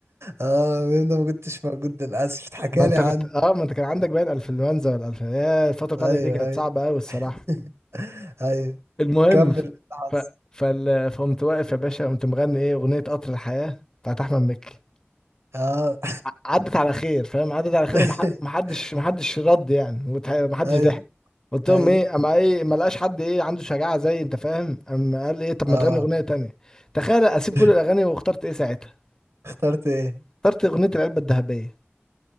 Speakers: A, on the right (about 85°); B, on the left (about 15°).
A: اه انا ما كنتش موجود للاسف اتحكى
B: ما انت
A: لي عنه
B: كنت اه ما انت كان عندك باين انفلونزا ولا الف يا الفتره بتاعتك
A: ايوه
B: دي كانت
A: ايوه
B: صعبه قوي الصراحه
A: <laughs> ايوه
B: المهم
A: كمل الحظ
B: ف... فال... فقمت واقف يا باشا قمت مغني ايه اغنيه قطر الحياه بتاعت احمد مكي
A: اه
B: ع- عدت على خير فاهم عدت على خير
A: <laughs>
B: ومح- ومحدش محدش رد يعني وتح- ومحدش
A: ايوه
B: ضحك قلت
A: ايوه
B: لهم ايه اما ايه ما لقاش حد ايه عنده شجاعه زي انت فاهم اما قال ايه طب
A: اه
B: ما تغني اغنيه تانية تخيل اسيب
A: <laughs>
B: كل الاغاني واخترت ايه ساعتها
A: اخترت ايه
B: اخترت اغنيه العلبه الذهبيه